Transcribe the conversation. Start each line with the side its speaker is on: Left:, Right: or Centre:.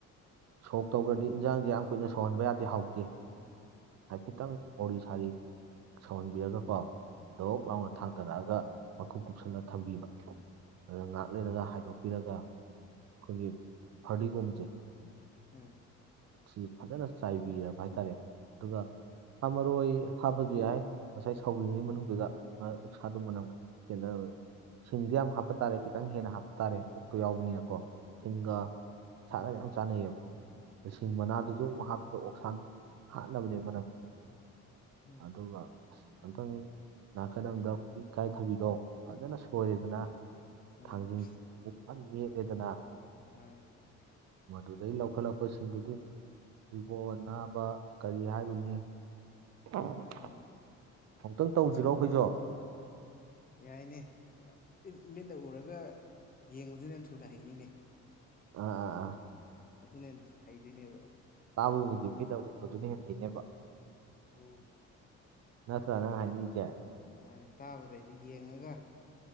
Right: ꯁꯣꯛ ꯇꯧꯈ꯭ꯔꯗꯤ ꯏꯟꯖꯥꯡꯁꯦ ꯌꯥꯝ ꯀꯨꯏꯅ ꯁꯧꯍꯟꯕ ꯌꯥꯗꯦ ꯍꯥꯎꯇꯦ ꯍꯥꯏꯐꯦꯠꯇꯪ ꯋꯥꯔꯤ ꯁꯥꯔꯤ ꯁꯧꯍꯟꯕꯤꯔꯒꯀꯣ ꯑꯗꯨꯣꯛ
Left: ꯎꯝ
Right: ꯂꯥꯎꯅ ꯊꯥꯡꯗꯔꯛꯑꯒ ꯃꯈꯨꯝ ꯀꯨꯞꯁꯟꯅ ꯊꯝꯕꯤꯕ ꯑꯗꯨꯒ ꯉꯍꯥꯛ ꯂꯩꯔꯒ ꯍꯥꯏꯗꯣꯛꯄꯤꯔꯒ ꯑꯩꯈꯣꯏꯒꯤ ꯐꯔꯗꯤꯒꯣꯝꯁꯦ
Left: ꯎꯝ
Right: ꯁꯤ ꯐꯖꯅ ꯆꯥꯏꯕꯤꯔꯕ ꯍꯥꯏꯇꯥꯔꯦ ꯑꯗꯨꯒ ꯍꯥꯞꯃꯣꯏ ꯍꯥꯞꯄꯁꯨ ꯌꯥꯏ ꯉꯁꯥꯏ ꯁꯥꯎ꯭ꯔꯤꯉꯩ ꯃꯅꯨꯡꯗꯨꯗ ꯎꯛꯁꯥꯗꯨꯣ ꯃꯅꯝꯈꯤ ꯆꯦꯟꯗꯅꯕ ꯁꯤꯡꯗꯤ ꯌꯥꯝ ꯍꯥꯞꯄ ꯇꯥꯔꯦ ꯈꯤꯇꯪ ꯍꯦꯟꯅ ꯍꯥꯞꯄ ꯇꯥꯔꯦ ꯑꯣꯛꯇꯣ ꯌꯥꯎꯕꯅꯤꯅꯀꯣ ꯁꯤꯡꯒ ꯁꯥꯟꯒ ꯌꯥꯝ ꯆꯥꯅꯩꯑꯕ ꯃꯁꯤꯡ ꯃꯅꯥꯗꯨꯁꯨ ꯃꯍꯥꯛꯄꯗ ꯑꯣꯛꯁꯥꯡꯗꯨꯁꯨ ꯍꯥꯠꯅꯕꯅꯦ ꯃꯅꯝꯁꯦ
Left: ꯎꯝ
Right: ꯑꯗꯨꯒ ꯑꯝꯇꯪ ꯉꯥꯛꯀꯗꯕꯗ ꯑꯩꯈꯣꯏꯒꯤ ꯏꯀꯥꯏ ꯊꯕꯤꯗꯣ ꯐꯖꯅ ꯁꯣꯏꯔꯦꯗꯅ
Left: ꯎꯝ
Right: ꯊꯥꯡꯖꯤꯡꯁꯤꯛ ꯐꯟ ꯃꯦꯠꯂꯦꯗꯅ
Left: ꯎꯝ
Right: ꯃꯗꯨꯨꯗ ꯂ ꯆꯥꯎꯈꯠꯂꯛꯄꯁꯤꯡꯗꯨꯗꯤ ꯏꯕꯣꯟ ꯅꯥꯕ ꯀꯔꯤ ꯍꯥꯏꯔꯨꯅꯤ ꯑ
Left: ꯎꯝ
Right: ꯑꯃꯨꯛꯇꯪ ꯇꯧꯁꯤꯔꯣ ꯑꯩꯈꯣꯏꯁꯨꯣ
Left: ꯌꯥꯏꯅꯦꯠ ꯃꯤꯠꯅ ꯎꯔꯒ ꯌꯦꯡꯕꯗꯨꯅꯦ ꯊꯨꯅ ꯍꯩꯅꯤꯅꯦ
Right: ꯑ ꯑꯥ ꯑꯥ
Left: ꯑꯗꯨ ꯅꯦꯟ ꯍ ꯍꯥꯏꯗꯅꯦꯕ
Right: ꯇꯥꯃꯕꯨꯗꯤ ꯃꯤꯗ ꯎꯕꯗꯨꯅ ꯍꯦꯟꯅ ꯍꯩꯅꯦꯕ
Left: ꯎꯝ
Right: ꯅꯆ꯭ꯔꯅ ꯑꯅꯤꯖꯦ
Left: ꯃꯥꯃꯅ ꯇꯥꯕꯗꯩꯗꯤ ꯌꯦꯡꯉꯒ